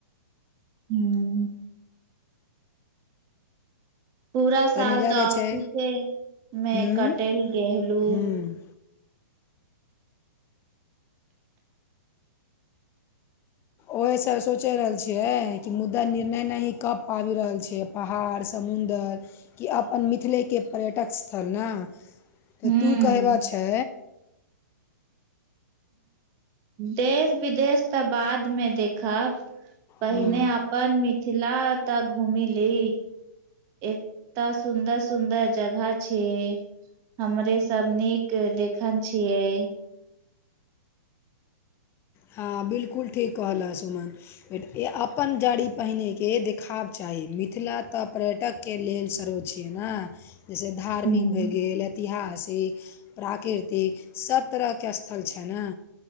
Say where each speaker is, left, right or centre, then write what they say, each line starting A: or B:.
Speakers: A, on the right; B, on the left.
A: हूँ पूरा साल
B: तनी लगै
A: तऽ ऑफिसे
B: छै
A: में
B: हूँ
A: कटल गेहलू
B: हूँ ओहेसँ सोच रहल छियै कि मुद्दा निर्णय नहि कऽ पाबि रहल छियै पहाड़ समुन्दर कि अपन मिथिलेके पर्यटक स्थल न तऽ
A: हूँ
B: तू कहयबा छै
A: देश विदेश तऽ बाद में देखब पहिने
B: हँ
A: अपन मिथिला तऽ घूमी ली एकतँ सुन्दर सुन्दर जगह छै हमरे सब नीक देखन छियै
B: हँ बिल्कुल ठीक कहलअ सुमन अपन जड़ी पहिनेके देखाव चाही मिथिला तऽ पर्यटक के लेल शरो छियइ ना जैसे धार्मिक
A: हूँ
B: भै गेल ऐतिहासिक प्राकृतिक सब तरहके स्थल छ न